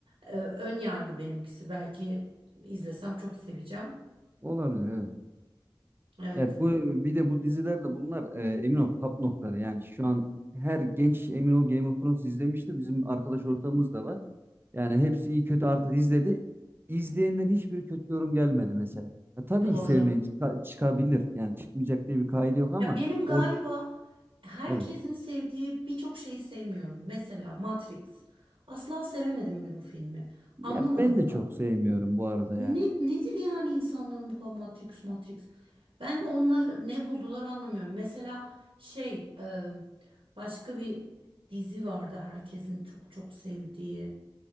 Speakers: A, on the right; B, on the right.
A: e, ön yargı benimkisi. Belki izlesem çok seveceğim.
B: Olabilir evet.
A: Evet,
B: Ya bu bir de bu diziler de bunlar e, emin ol top noktaları. Yani şu an her genç emin ol Game of Thrones izlemiştir. Bizim arkadaş ortamımız da var. Yani hepsi iyi kötü artık izledi. İzleyenden hiçbir kötü yorum gelmedi mesela. Ya tabii
A: doğru.
B: ki sevmeyen çıka- çıkabilir. Yani çıkmayacak diye bir kaydı yok ama
A: Ya benim galiba
B: or
A: herkesin
B: evet.
A: sevdiği birçok şeyi sevmiyorum. Mesela Matrix. Asla sevemedim ben o filmi. Anlamadım
B: Ya ben de
A: da.
B: çok sevmiyorum bu arada
A: Ne,
B: yani.
A: nedir yani insanların bu kadar Matrix Matrix? Ben onları ne buldular anlamıyorum. Mesela şey e, başka bir dizi vardı herkesin çok çok sevdiği.